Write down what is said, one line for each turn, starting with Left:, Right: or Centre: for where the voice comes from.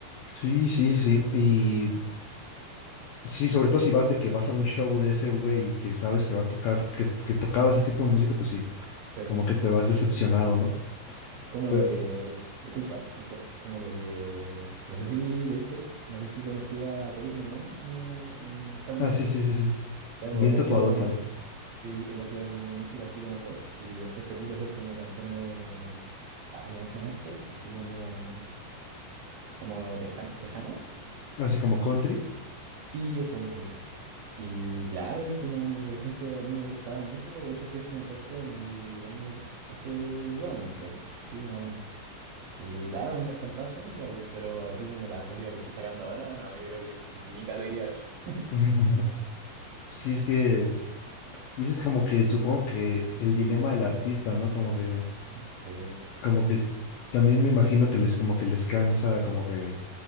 Left: Sí, sí, sí. Y sí, sobre todo si vas de que vas a un show de ese güey y que sabes que va a tocar, que, que tocaba ese tipo de música, pues sí,
Right: Sí,
Left: como
Right: pues,
Left: que te vas decepcionado, ¿no?
Right: es como
Left: Pero,
Right: lo que le... Disculpa, es co- es como, lo que... No sé si te diste, no sé si conocía a Post Malone, uno, un estadounidense.
Left: ah, sí, sí, sí, sí.
Right: Ya,
Left: Bien
Right: pues él
Left: tatuadote,
Right: hacía como arte-
Left: ¿no?
Right: sí, él hacía como música así como pop y después se puso a hacer como canciones de, ay, ¿cómo se llama esto? Así como, como teja- tejana.
Left: Así como country.
Right: Sí, eso, eso, eso. Y claro, es como, por ejemplo, a mí me gustaba mucho. De hecho, fui a su concierto en el año, hace dos años creo. Sí, más o menos. Y claro, a mí me encantaba su música, pues, pero así como la música que está sacando ahora, no, yo creo que nunca lo iría a ver. <laughs>
Left: <laughs> Sí, es que, y eso es como que supongo que el dilema del artista, ¿no? Como que,
Right: Sí,
Left: como que es- también me imagino que les, como que les cansa, como que.